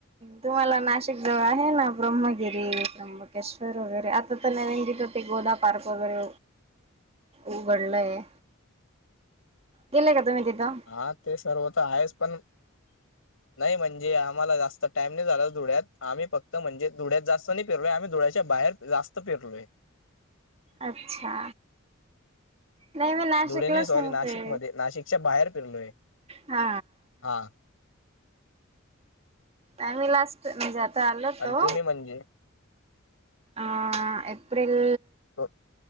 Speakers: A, on the right (about 30°); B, on the left (about 80°).
A: तुम्हाला नाशिक जवळ आहे ना ब्रह्मगिरी त्यंबकेश्वर वगैरे आता तर नंदेत होते गोदा पार् वगैरे उघडलंय गेलय का तुम्ही तिथं.
B: हा ते सर्व तर आहेच पण नाही म्हणजे आम्हालास् टाइम नाही झाला धुळ्यात आम्ही फक्त म्हणजे धुळ्यात जास्त नाही फिरलो आम्ही धुळ्याच्या बाहेर जास्त पेरलोय.
A: अच्छा. नाही मी नाशिकला
B: धुळे नाही सॉरी
A: सांगते.
B: नाशिकमध्ये नाशिकच्या बाहेर फिरलोय
A: हा.
B: हा
A: नाही मी लास्ट मी जाता आल
B: आणि
A: तो
B: तुम्ही म्हणजे
A: आ एप्रिल
B: हो.